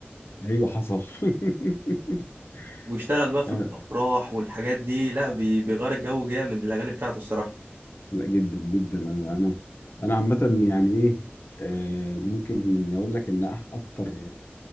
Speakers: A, on the left; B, on the right.
A: ايوه حصل <laughs>
B: ويشتغل بقى في
A: آه،
B: الافراح والحاجات دي لا بي- بيغير الجو جامد الاغاني بتاعته الصراحه
A: لا جدا جدا انا انا انا عامه يعني ايه آه، ممكن اقول لك ان أح- اكتر